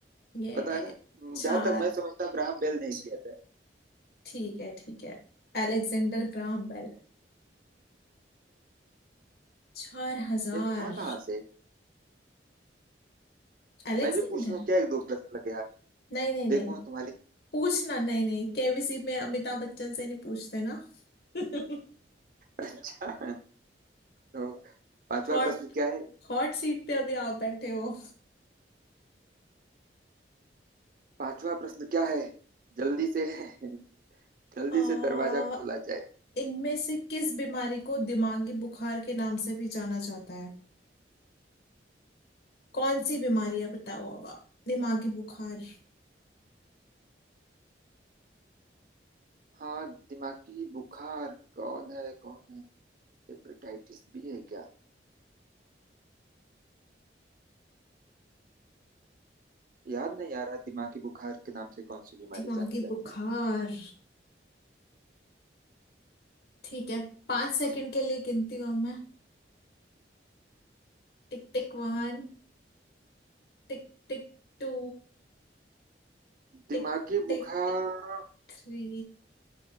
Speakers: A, on the left; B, on the right.
A: ये
B: पता है ना
A: चार
B: जहां तक मैं समझता हूँ ग्राहम बेल नहीं किया था
A: ठीक है ठीक है Alexander Graham bell चार हजार
B: ये था कहाँ से
A: अलेक्जेंडर
B: मैं भी पूछ लूँ क्या एक दो प्रश्न लगे आज
A: नहीं नहीं नहीं
B: देखो तुम्हारी
A: पूछना नहीं नहीं केबीसी में अमिताभ बच्चन से नहीं पूछते ना <laughs>
B: <laughs> अच्छा और पांचवा
A: हॉट
B: प्रश्न क्या है
A: हॉट सीट पे अभी आप बैठे हो
B: पांचवा प्रश्न क्या है जल्दी से <laughs> जल्दी
A: आ,
B: से दरवाजा खोला जाए
A: इनमें से किस बीमारी को दिमागी बुखार के नाम से भी जाना जाता है कौन सी बीमारी है बताओ अब आप दिमागी बुखार
B: हाँ दिमागी बुखार कौन है कौन है हेपेटाइटिस बी है क्या याद नहीं आ रहा दिमागी बुखार के नाम से कौन सी बीमारी
A: दिमागी
B: जानी जाती
A: बुखार
B: है
A: ठीक है पांच सेकंड
B: कौन
A: के लिए गिनती हूँ मैं Tick tick
B: हाँ,
A: one Tick tick two Tick
B: दिमागी
A: tick
B: बुखार
A: three